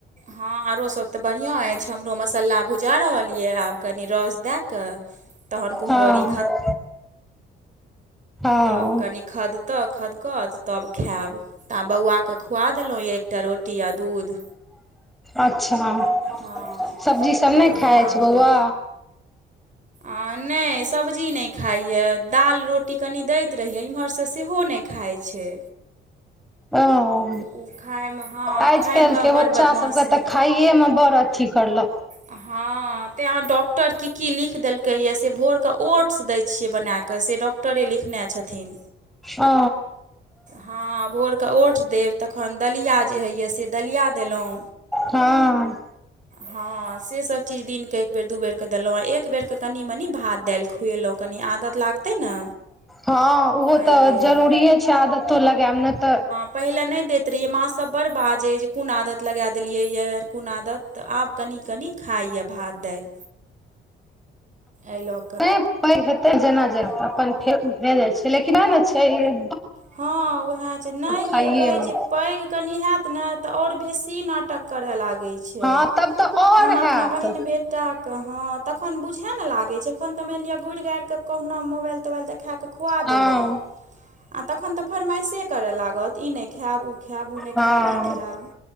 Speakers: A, on the right (about 40°); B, in the centre.
A: हँ आरो सब तऽ बढ़िऑँ अछि हमरो मसाला भुजा रहल यऽ आब कनी रस दए कए तहन कुम्हरौरीे
B: हँ हँ
A: तब कनि खदतऽ खदकत तब खायब। तऽ आ बौआके खुआ देलहु य एकटा रोटी आ दूध।
B: अच्छा
A: हँ
B: सब्जी सब नहि
A: तेँ
B: खाइ अछि
A: आब
B: बौआ।
A: ओ आ नेह सब्जी नहि खाइए दाल रोटी कनि दैत रहैय इम्हरसँ सेहो नहि खाइ छै।
B: ओ
A: ओ खाइमे हँ
B: आज
A: खाइमे
B: कल के
A: बड़
B: बच्चा
A: बदमाशी
B: सब के तऽ खाइे मे बड़ अथी करलक।
A: हँ तेंहाँ डॉक्टर की की लिख देलकै यए से भोर ओट्स दै छियै बनाकऽ से डॉक्टरे लिखने छथिन।
B: ओ
A: ह भोर क ओट्स देब तखन दलिया जे होइय से दलिया देलहुँ।
B: हँ
A: हँ से सभ चीज दिनके एक बेर दू बेरके देलहुँ आ एक बेरके कनि मनि भात दालि खुएलहुँ कनि आदत लागतै ने।
B: हँ उहो
A: एहि
B: तऽ
A: लेल
B: जरूरिे छै आदतो लगायब ने तऽ
A: आ पहिले नहि दैत रहियए मां सब बड बाजे जे कोन आदत लगा देलियैया कोन आदत। आब कनी कनी खाई ए भात दाइल। एइ ल
B: नहि पैघ हेतै जेना जे अपन फे भे जाइ छै। लेकिन आ ने छै ई
A: हँ उएह छै। नहि
B: खाइये
A: यै कहै
B: मे
A: छै पैघ कनि हैत ने तऽ आओर बेसी नाटक करे लागैय छै।
B: हँ तब तऽ और
A: हम अपना
B: हैत
A: बहिन बेटी क <unintelligible> के हं, तखन त बुझाय ने लागै छै, एखन तऽ मानि लिअ गुड़ि गाड़ तऽ कहुना मोबाइल तोबाइल देखा कऽ खुआ
B: हँ
A: देलहुँ। आ तखन तऽ फरमाइशे करय लागत। ई नहि खायब ओ खायब ओ नहि
B: हँ,
A: खायब ई खायब